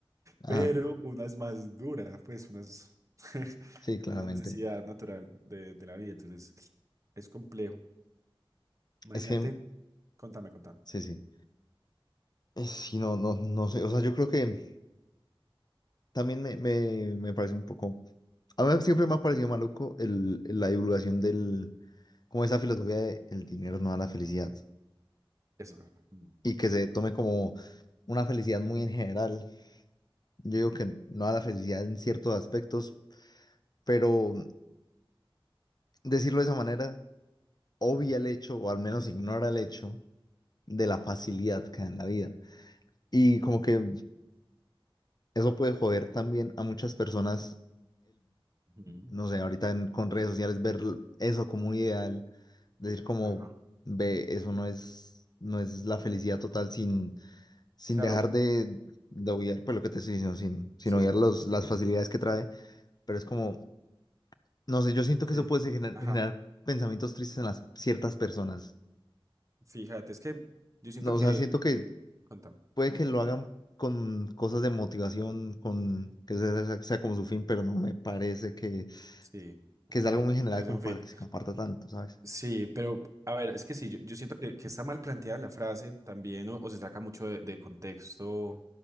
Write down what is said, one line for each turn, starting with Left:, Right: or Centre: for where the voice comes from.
Left: Ajá.
Right: pero una es más dura, pues una es <laughs>
Left: Sí, claramente.
Right: una necesidad natural de, de la vida, entonces es complejo. Imagínate,
Left: Es que,
Right: contame, contame.
Left: sí, sí. Eh, Sí, no, no, no sé. O sea, yo creo que también me, me, me parece un poco A mí siempre me ha parecido maluco el, el- la divulgación del, como esa filosofía de el dinero no da la felicidad
Right: Eso. mm,
Left: y que se tome como una felicidad muy en general. Yo digo que no da la felicidad en ciertos aspectos, pero decirlo de esa manera obvia
Right: Ajá.
Left: el hecho o al menos ignora el hecho de la facilidad que da en la vida. Y
Right: Ujú,
Left: como que eso puede joder también a muchas personas
Right: ujú,
Left: no sé, ahorita en- con redes sociales ver eso como un ideal, decir como,
Right: Ajá.
Left: ve, eso no es, no es la felicidad total sin, sin
Right: Claro,
Left: dejar de, de obviar, pues lo que te estoy diciendo, sin, sin
Right: sí,
Left: obviar los, las facilidades que trae, pero es como, no sé, yo siento
Right: sí.
Left: que eso puede ser gener-
Right: Ajá.
Left: generar pensamientos tristes en las ciertas personas.
Right: Fíjate, es que yo siento
Left: No,
Right: que...
Left: o sea, siento que
Right: Contame.
Left: puede que lo hagan con cosas de motivación, con que sea, sea sea como su fin, pero no me parece que,
Right: Sí,
Left: que
Right: ajá.
Left: es algo muy general
Right: Es
Left: como
Right: un
Left: para
Right: fin.
Left: que se comparta tanto, ¿sabes?
Right: Sí, pero a ver, es que sí, yo, yo siento que, que está mal planteada la frase también, o, o se saca mucho de, de contexto